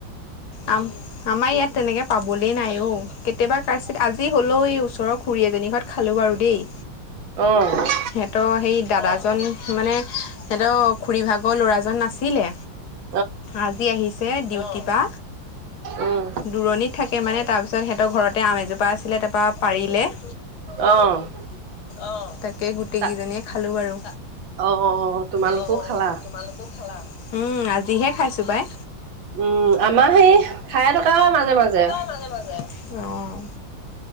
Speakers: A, on the left; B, on the right.
A: আম আমাৰ ইয়াত তেনেকৈ পাবলৈই নাই অ, কেতিয়াবা কাতছিল আজি হ'লেও এই ওচৰৰ খুুৰী এজনীৰ ঘৰত খালোঁ বাৰু দেই,
B: অ',
A: সিহঁতৰ সেই দাদাজন মানে সিহঁতৰ খুুৰী ভাগৰ ল'ৰাজন নাছিলে।
B: <inaudible>
A: আজি আহিছে ডিউটি পা
B: উম
A: দূৰণিত থাকে মানে, তাৰপিছত সিহঁতৰ ঘৰতে আম এজোপা আছিলে তাৰপা পাৰিলে৷
B: অ',
A: অ', তাকে, গোটেই
B: তা
A: কেইজনীয়ে খালো বাৰু
B: অ তোমালোকো
A: অ',
B: খালা
A: তোমালোকো খালা? উম', আজিহে খাইছো পাই৷
B: উম', আমাৰ সেই খাই থকা হয়। মাজে -মাজে
A: মাজে মাজে অ',